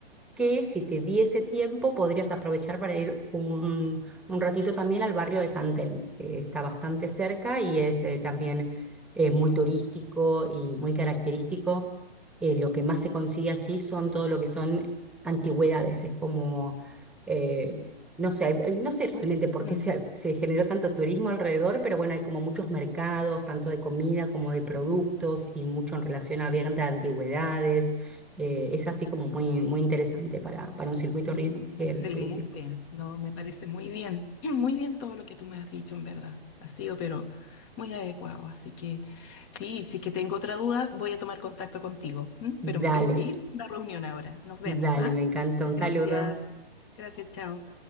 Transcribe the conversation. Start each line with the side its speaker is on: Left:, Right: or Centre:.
Centre: que si te diese tiempo podrías aprovechar para ir un, un ratito también al barrio de San Telmo, que está bastante cerca y es eh, también eh, muy turístico y muy característico. Eh, lo que más se consigue allí son todo lo que son antigüedades, es como, eh, no sé, hay- no sé realmente por
Left: mm.
Centre: qué se, se generó tanto turismo alrededor, pero bueno, hay como muchos mercados, tanto de comida como de productos y mucho en relación a venta de antigüedades eh, es así como muy, muy interesante para, para un circuito
Left: Mm,
Centre: ri- eh,
Left: excelente,
Centre: turístico.
Left: no, me parece muy bien, <clears throat> muy bien todo lo que tú me has dicho, en verdad. Ha sido, pero muy adecuado. Así que sí, si es que tengo otra duda, voy a tomar contacto contigo. ¿m? Pero me
Centre: Dale,
Left: tengo que ir a una reunión ahora. Nos vemos,
Centre: dale,
Left: ¿ah?
Centre: me encanta. Un
Left: Gracias,
Centre: saludo.
Left: gracias, chao.